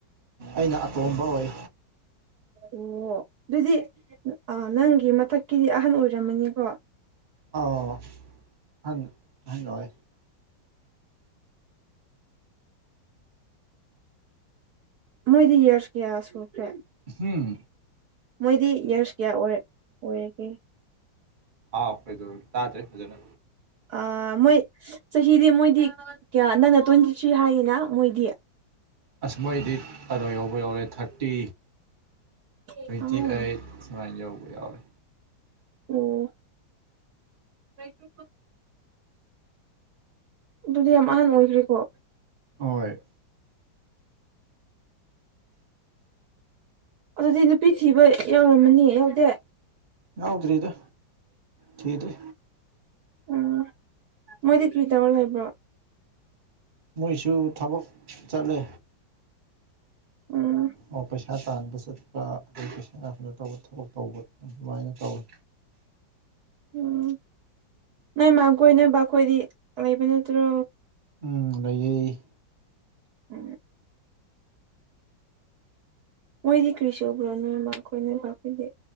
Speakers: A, on the right; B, on the right.
A: ꯑꯩꯅ ꯑꯇꯣꯝꯕ ꯑꯣꯏ
B: ꯑꯣ ꯑꯗꯨꯗꯤ ꯅꯪꯒꯤ ꯃꯊꯛꯀꯤꯗꯤ ꯑꯍꯟ ꯑꯣꯏꯔꯝꯃꯅꯤꯀꯣ
A: ꯑꯥꯎ ꯍ ꯍꯟꯣꯏ
B: ꯃꯣꯏꯗꯤ ꯌꯦꯔꯁ ꯀꯌꯥ ꯁꯨꯈꯦꯔ
A: ꯍꯝ
B: ꯃꯣꯏꯗꯤ ꯌꯔꯁ ꯀꯌꯥ ꯑꯣꯏ ꯑꯣꯏꯔꯒꯦ
A: ꯍꯥꯎ ꯀꯩꯗꯧ ꯇꯥꯗ꯭ꯔꯦ ꯐꯖꯅ
B: ꯑꯥ ꯃꯣꯏ ꯆꯍꯤꯗꯤ ꯃꯣꯏꯗꯤ ꯀꯌꯥ ꯅꯪꯅ ꯇ꯭ꯋꯦꯟꯇꯤ ꯊ꯭ꯔꯤ ꯍꯥꯏꯌꯦꯅ ꯃꯣꯏꯗꯤ
A: ꯑꯁ ꯃꯣꯏꯗꯤ ꯑꯗꯥꯋꯥ ꯌꯥꯎꯕ ꯌꯥꯎꯔꯦ ꯊꯥꯔꯇꯤ ꯇ꯭ꯋꯦꯟꯇꯤ
B: ꯑꯥꯎ
A: ꯑꯩꯠ ꯁꯃꯥꯏꯅ ꯌꯧꯕ ꯌꯥꯎꯔꯦ
B: ꯑꯣ ꯀꯩꯒꯤ ꯑꯗꯨꯗꯤ ꯌꯥꯝ ꯑꯍꯥꯟ ꯑꯣꯏꯈ꯭ꯔꯦꯀꯣ
A: ꯍꯣꯏ
B: ꯑꯗꯨꯗꯤ ꯅꯨꯄꯤ ꯊꯤꯕ ꯌꯥꯎꯔꯝꯃꯅꯤ ꯌꯥꯎꯗꯦ
A: ꯉꯎꯗꯔꯤꯗ ꯊꯥꯗ꯭ꯔꯤ
B: ꯎꯝ ꯃꯣꯏꯗꯤ ꯀ꯭ꯔꯤ ꯇꯧꯔ ꯂꯩꯕ꯭ꯔꯣ
A: ꯃꯣꯏꯁꯨ ꯊꯕꯛ ꯆꯠꯂꯦ
B: ꯎꯝ
A: ꯑꯣ ꯄꯩꯁꯥ ꯇꯥꯟꯕꯁꯨ ꯑꯥ ꯄꯩꯁꯥ ꯀꯩꯅꯣ ꯇꯧꯕ ꯊꯕꯛ ꯇꯧꯕ ꯑꯗꯨꯃꯥꯏꯅ ꯇꯧꯋꯤ
B: ꯎꯝ ꯅꯣꯏ ꯃꯥꯥ ꯀꯣꯏꯅꯕ ꯑꯩꯈꯣꯏꯗꯤ ꯂꯩꯕ ꯅꯠꯇ꯭ꯔꯣ
A: ꯎꯝ ꯂꯩꯌꯦ
B: ꯎꯝ ꯃꯣꯏꯗꯤ ꯀ꯭ꯔꯤꯁꯨ ꯁꯨꯕ꯭ꯔꯣ ꯅꯣꯏꯃꯥ ꯈꯣꯏ ꯅꯣꯏꯕꯥ ꯃꯣꯏꯗꯤ